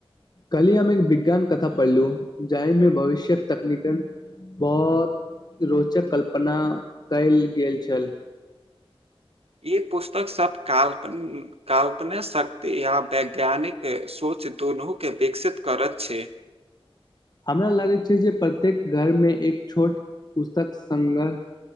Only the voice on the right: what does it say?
ई पुस्तक सब काल्पन उम्म काल्पने शक्ति या वैज्ञानिक सोच दुनू के विकसित करत छै।